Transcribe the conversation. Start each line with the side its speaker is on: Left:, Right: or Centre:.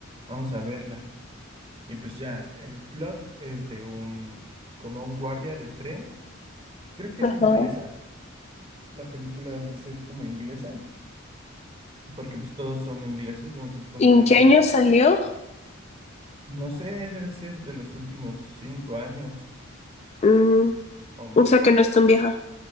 Right: vamos a verla. Y pues ya, el plot es de un, como un guardia de tren, creo que
Left: Ajá.
Right: es inglesa, la película debe ser como inglesa, porque pues todos son ingleses, bueno, se supone
Left: ¿Y
Right: que
Left: en
Right: están
Left: qué
Right: como,
Left: año salió?
Right: no sé, debe ser de los últimos cinco años,
Left: Mm,
Right: o,
Left: o sea que no es tan vieja.